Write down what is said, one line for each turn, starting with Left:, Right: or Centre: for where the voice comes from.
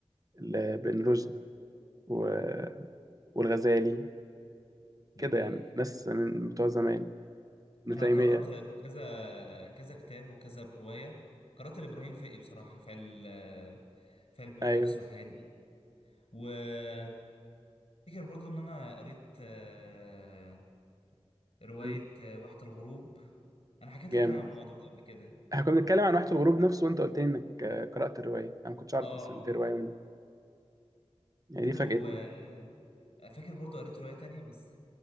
Right: لابن رشد و... والغزالي
Left: جميل
Right: كده يعني ناس من بتوع زمان من
Left: انا
Right: تيمية
Left: قرأت كذا كذا كتاب وكذا رواية قرأت لإبراهيم الفقي بصراحة في ال في علم
Right: ايوه
Left: النفس والحاجات دي وافتكر برضو ان انا قريت آه، رواية
Right: مم.
Left: آه، واحة الغروب انا حكيت
Right: جامد
Left: لك عن الموضوع ده قبل كده
Right: احنا كنا بنتكلم عن واحة الغروب نفسه وانت قلت لي انك آه، قرأت الرواية انا ما كنتش اعرف
Left: اه
Right: اصلا ان في رواية منها يعني
Left: برضو
Right: دي فاجأتني
Left: آه، فاكر برضو قريت رواية تانية بس